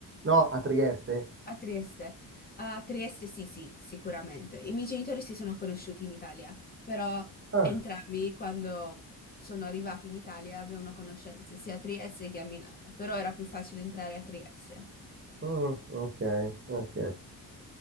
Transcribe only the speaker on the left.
A Trieste. A Trieste sì, sì, sicuramente. I miei genitori si sono conosciuti in Italia, però
entrambi quando sono arrivati in Italia avevano conoscenze sia a Trieste che a Milano, però era più facile entrare a Trieste.